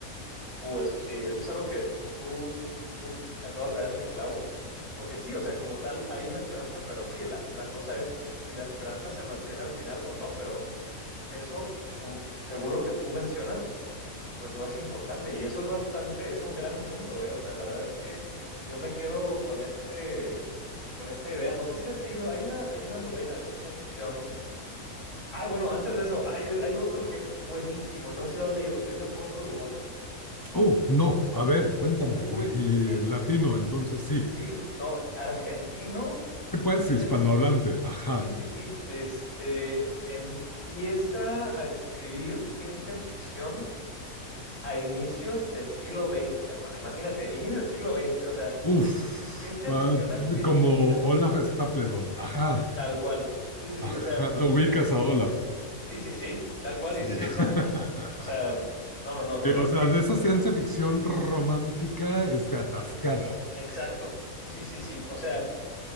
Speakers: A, on the left; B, on the left.
A: Uh, eso sí, eso es algo que tú, tú acabas de dar en el clavo, porque sí, o sea, como tal hay una esperanza, pero sí, la, la cosa es si la esperanza se mantiene al final o no, pero eso, como, según lo que tú mencionas, pues no es importante y eso es bastante, es un gran punto, eh, o sea, la verdad es que yo me quedo con este, con esta idea, no sé si has leído, hay una, hay una novela de ciencia ficción, ay, bueno, antes de eso, hay, hay otro que es buenísimo y no sé si lo has leído, que es Leopoldo Lugones.
B: Oh, no, a ver, cuéntame.
A: Uy,
B: Me, y
A: es que
B: latino, entonces sí.
A: Sí, no, argentino,
B: ¿Qué pues,
A: él,
B: hispanohablante?
A: em-
B: Ajá.
A: sí, sí, sí, este, empieza a escribir ciencia ficción a inicios del siglo XX, hermano, imagínate, inicios del siglo XX, o sea,
B: uff
A: ciencia
B: Uh,
A: ficción argentina,
B: como Olaf Stapledon. Ajá.
A: tal cual, sí, sí,
B: Ajá.
A: sí, o sea,
B: Ubicas a Olaf.
A: sí, sí, sí, tal cual,
B: Sí.
A: y sí
B: <laughs>
A: son, o sea, no, no, no, no,
B: Sí,
A: no,
B: o
A: es
B: sea,
A: que,
B: de esa ciencia ficción romántica este, atascada.
A: exacto, sí, sí, sí, o sea,